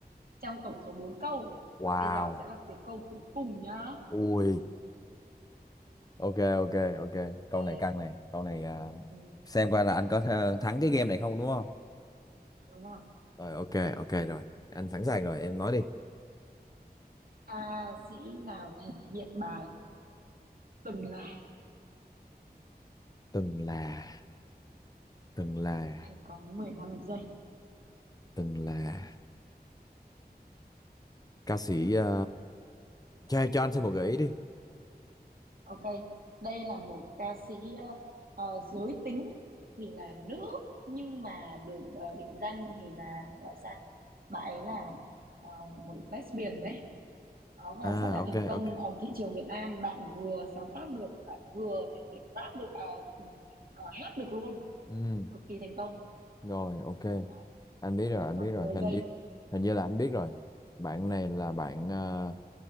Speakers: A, on the right; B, on the left.
A: trong tổng số 4 câu
B: wow
A: và bây giờ sẽ là cái câu cuối cùng nhá
B: ui ok ok ok câu
A: ok
B: này căng này câu này à,
A: ừ,
B: xem coi là anh có th- thắng cái game này không đúng không
A: đúng rồi
B: rồi ok ok rồi anh sẵn sàng rồi em nói đi
A: ca sĩ nào thể hiện bài từng là
B: từng là từng là
A: anh có 15 giây
B: từng là ca sĩ ờ, cho cho anh xin một gợi ý đi
A: ok đây là một ca sĩ ờ, ờ, giới tính thì là nữ nhưng mà được ờ, định danh thì là gọi sang bạn ấy là ờ, một lesbian đấy Đó, và
B: à
A: rất là
B: ok
A: thành công
B: ok
A: ở thị trường Việt Nam, bạn vừa sáng tác được, bạn vừa thể hiện rap được, à, ừm, ờ, hát được luôn,
B: ừ,
A: cực kỳ thành công.
B: rồi ok
A: Đó,
B: anh biết rồi
A: bạn
B: anh
A: còn
B: biết rồi
A: mười
B: hình
A: giây,
B: như hình như là anh biết rồi bạn này là bạn ờ,